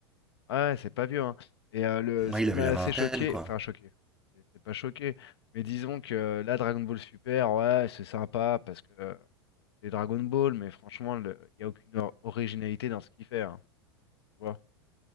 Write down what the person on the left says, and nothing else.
Ah Ouais, c'est pas vieux, hein. Et euh, le, ce
qui
m'a
assez
choqué,
enfin choqué, c'est c'est pas choqué, mais disons que euh, là, Dragon Ball Super, ouais, c'est sympa parce que euh, c'est Dragon Ball, mais franchement, il n'y a aucune or- originalité dans ce qu'il fait, hein, tu vois.